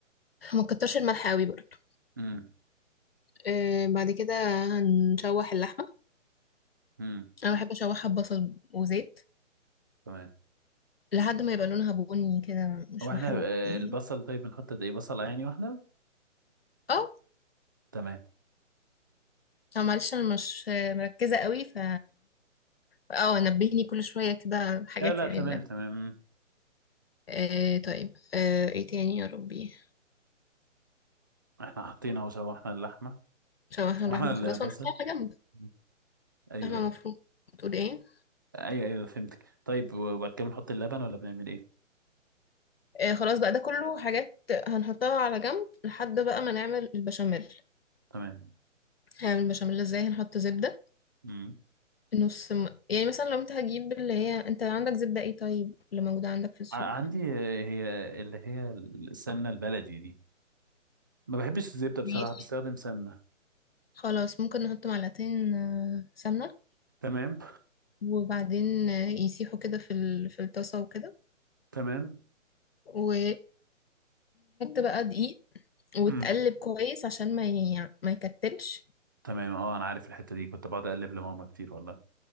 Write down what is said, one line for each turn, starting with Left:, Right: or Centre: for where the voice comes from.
Left: ما تكترش الملح قوي برضو
Right: أمم،
Left: آه، بعد كده هنشوح اللحمة
Right: أمم،
Left: انا بحب اشوحها ببصل وزيت
Right: تمام
Left: لحد ما يبقى لونها بني كده مش
Right: هو احنا
Left: محروق
Right: آه،
Left: يعني
Right: البصل طيب بنحط قد ايه بصلة يعني واحدة
Left: اه
Right: تمام
Left: اه معلش انا مش مركزة قوي ف اه نبهني كل شوية كده حاجات
Right: لا لا
Left: يعني
Right: تمام
Left: اللي.
Right: تمام مم.
Left: آه طيب آه ايه تاني يا ربي
Right: احنا حاطين اهو شوحنا اللحمة
Left: شوحنا
Right: شوحنا
Left: اللحمة
Right: البصل
Left: خلاص ونحطها على جنب
Right: أمم، ايوه
Left: لحمة مفرومة بتقول ايه
Right: ايوه ايوه فهمتك طيب وبعد كده بنحط اللبن ولا بنعمل ايه
Left: آه خلاص بقى ده كله حاجات هنحطها على جنب لحد بقى ما نعمل البشاميل
Right: تمام
Left: هنعمل البشاميل ازاي هنحط زبدة
Right: أمم.
Left: نص م... يعني مثلا لو انت هتجيب اللي هي انت عندك زبدة ايه طيب اللي موجودة عندك في السوق
Right: ع- عندي آه، هي اللي هي السمنة البلدي دي ما بحبش الزبدة بصراحة
Left: ماشي
Right: بستخدم سمنة
Left: خلاص ممكن نحط معلقتين آه، سمنة
Right: تمام
Left: وبعدين آه، يسيحوا كده في ال... في الطاسة وكده
Right: تمام
Left: وهنحط بقى دقيق وتقلب
Right: مم.
Left: كويس عشان ما ي... ما يكتلش
Right: تمام اه انا عارف الحته دي كنت بقعد اقلب لماما كتير والله